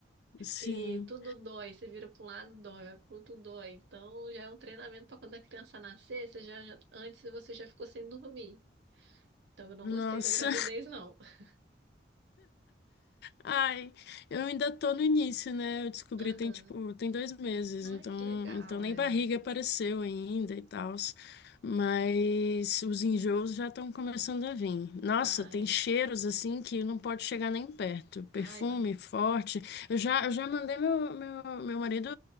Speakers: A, on the left; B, on the right.
A: sim.
B: E tudo dói, você vira pro lado, dói, vai pro outro dói. Então já é um treinamento para quando a criança nascer, você já, já- antes você já ficou sem dormir. Então eu não
A: Nossa.
B: gostei da gravidez, não. <laughs>
A: Ai, eu ainda tô no início, né? Eu descobri
B: Aham.
A: tem tipo, tem dois meses,
B: Ai,
A: então,
B: que legal,
A: então nem
B: é.
A: barriga apareceu ainda e tal. Mas os enjoos já estão começando a vir. Nossa,
B: Ai,
A: tem cheiros assim que não pode chegar nem perto.
B: ai,
A: Perfume
B: não.
A: forte. Eu já, eu já mandei meu, meu, meu marido